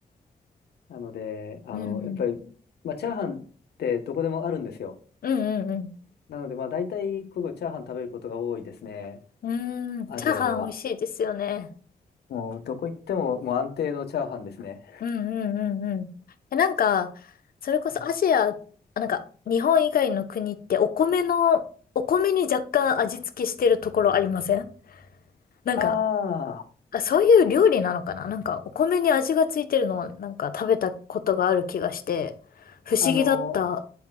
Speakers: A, on the left (about 85°); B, on the left (about 65°).
A: なので、あの、
B: うんうん。
A: やっぱり、まあ、チャーハンってどこでもあるんですよ。
B: うんうん
A: なので、まあ、大体、ここチャーハン食べることが多いですね。
B: うん。うーん。
A: アジアでは。
B: チャーハン美味しいですよね。
A: もう、どこ行っても、もう安定のチャーハンですね。
B: うんうんうんうん。え、なんか、それこそアジア、
A: はい、
B: あなんか、日本以外の国ってお米の、お米に若干味付けしてるところありませんなんか、
A: あ
B: あ、そういう料理なのかななんか、お米に味がついてるのをなんか食べたことがある気がして、不思議だった。
A: あ、あの、